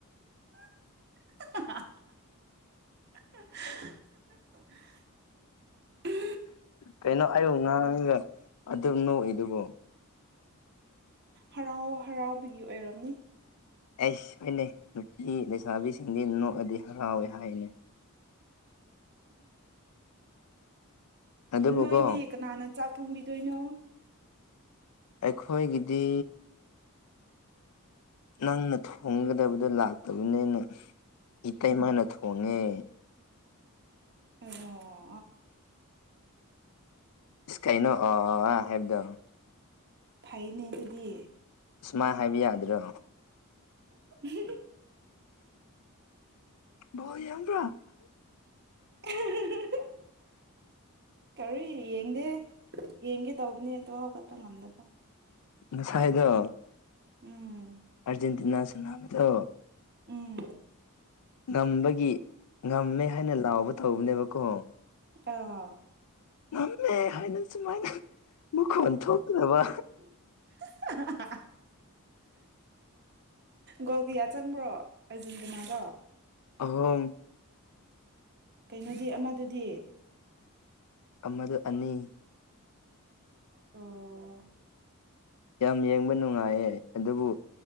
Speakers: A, on the right (about 50°); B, on the left (about 85°).
A: <inaudible> ꯍ <inaudible>
B: ꯀꯩꯅꯣ ꯑꯩꯕꯨ ꯉꯥꯡꯉꯒ ꯑꯗꯨꯝ ꯅꯣꯛꯏꯗꯨꯕꯨ
A: ꯍꯔꯥꯎ ꯍꯔꯥꯎꯕꯒꯤ ꯑꯣꯏꯔꯝꯅꯤ
B: ꯑꯩ ꯍꯣꯏꯅꯩ ꯅꯨꯄꯤ ꯂꯩꯁꯥꯕꯤꯁꯤꯡꯗꯤ ꯅꯣꯛꯑꯗꯤ ꯍꯔꯥꯎꯋꯦ ꯍꯥꯏꯅꯦ ꯑꯗꯨꯕꯨꯀꯣ
A: ꯅꯣꯏꯗꯤ ꯀꯅꯥꯅ ꯆꯥꯛ ꯊꯣꯡꯕꯤꯗꯣꯏꯅꯣ
B: ꯑꯩꯈꯣꯏꯒꯤꯗꯤ ꯅꯪꯅ ꯊꯣꯡꯒꯗꯕꯗꯣ ꯂꯥꯛꯇꯕꯅꯤꯅ ꯏꯇꯩꯃꯥꯏꯅ ꯊꯣꯡꯉꯦ
A: ꯑꯣ ꯑꯣ ꯑꯣ <unintelligible>
B: ꯀꯥꯏꯅꯣ ꯑ ꯑꯥ ꯍꯥꯏꯕꯗꯣ
A: ꯐꯩꯅꯦ ꯑꯗꯨꯗꯤ
B: ꯁꯨꯃꯥꯏꯅ ꯍꯥꯏꯕ ꯌꯥꯗ꯭ꯔꯣ
A: <inaudible>
B: ꯕꯣ ꯌꯥꯝꯡꯕ꯭ꯔꯥ
A: <inaudible> ꯀꯔꯤ ꯌꯦꯡꯗꯦ ꯌꯦꯡꯒꯦ ꯇꯧꯕꯅꯦ ꯑꯗꯣ ꯍꯧꯒꯠꯄ ꯉꯝꯗꯕ
B: ꯅꯁꯥꯏꯗꯣ
A: ꯎꯝ
B: ꯑꯔꯖꯦꯟꯇꯤꯅꯥ ꯁꯅꯕꯗꯣ
A: ꯎꯝ
B: ꯉꯝꯕꯒꯤ ꯉꯝꯃꯦ ꯍꯥꯏꯅ ꯂꯥꯎꯕ ꯇꯧꯕꯅꯦꯕꯀꯣ
A: ꯑꯣ
B: ꯉꯝꯃꯦ ꯍꯥꯏꯅ ꯁꯨꯃꯥꯏꯅ ꯃꯈꯣꯟ ꯊꯣꯛꯇꯕ
A: <inaudible> ꯒꯣꯜ ꯀꯌꯥ ꯆꯪꯕ꯭ꯔꯣ ꯑꯔꯖꯦꯟꯇꯤꯅꯥꯗꯣ
B: ꯑꯍꯨꯝ
A: ꯀꯩꯅꯣꯗꯤ ꯑꯃꯗꯗꯤ
B: ꯑꯃꯗ ꯑꯅꯤ
A: ꯑꯣ
B: ꯌꯥꯝ ꯌꯦꯡꯕ ꯅꯨꯡꯉꯥꯏꯌꯦ ꯑꯗꯨꯕꯨ